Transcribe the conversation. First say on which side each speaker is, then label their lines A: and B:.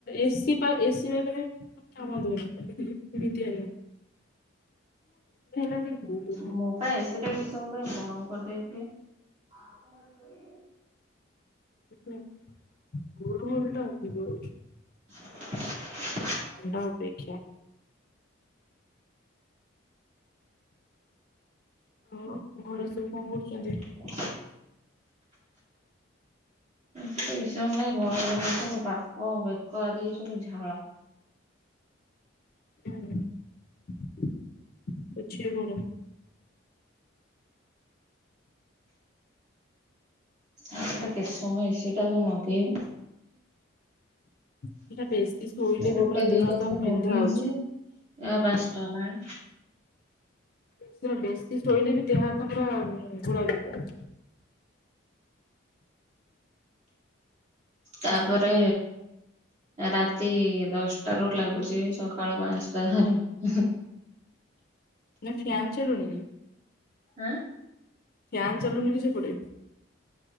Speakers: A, on the left (about 45°); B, on the right (about 35°).
A: ଏସି ଏସି ପାଖେରେ କାମ ଦଉନିତ ବିତିବିତିଆ ଲାଗୁଛି
B: ମୁଁ ପା ଏସି ଟା କିଛି ସମୟ ପାଇଁ ବନ୍ଦ୍ କରିଦେଇଥିଲି। <inaudible>
A: କିଛିନାଇଁ ଗୁଳୁଗୁଳି ଟା ହଉଚି ଗୁଳୁଗୁଳି
B: <inaudible>
A: <unintelligible> ଆଉ ଘର ସବୁ କଣ କରୁଛନ୍ତି?
B: <inaudible> ହୁ କିଛିସମୟ ପାଇଁ ବନ୍ଦ୍ କରିଦେଲୁ ବାପ ବେକ ଆଡିକି ସବୁ ଝାଳ
A: ହୁ ପୋଛିହେଇପଡ଼।
B: ଆଉ ଏଟା କେତେ ସମୟ ଏ ସି ଟା କୁ ଲଗେଇବୁ
A: ପୁରା ବେଶୀ ଶୋଇଲେ
B: ଗୋଟେ
A: ବି ପୁରା
B: ଦିଟା
A: ଦେହ ହାତ
B: ବେଳୁ
A: ବିନ୍ଧା
B: ନଗେଇଛି
A: ହଉଛି
B: ଆ ପାଞ୍ଚଟା ହେଲାଣି।
A: କିଛି ସମୟ ବେଶି ଶୋଇଲେ ବି ଦେହ ହାତ ପୁରା ଘୋଳାବିନ୍ଧା।
B: ତାପରେ ରାତି ଦଶ୍ ଟାରୁ ଲାଗୁଛି ସକାଳ ପାଞ୍ଚଟା ହାରି ହୁ
A: ନା ଫ୍ୟାନ୍ ଚାଲୁନି କି?
B: ଆଁ?
A: ପ୍ୟାନ୍ ଚାଲୁନି କି ସେ ପଟେ?